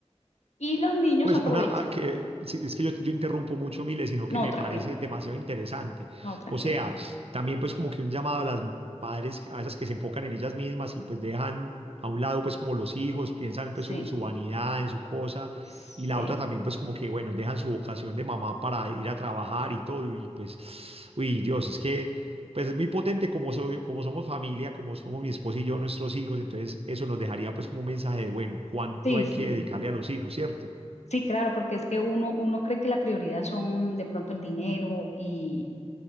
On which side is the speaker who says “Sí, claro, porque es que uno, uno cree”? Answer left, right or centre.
Left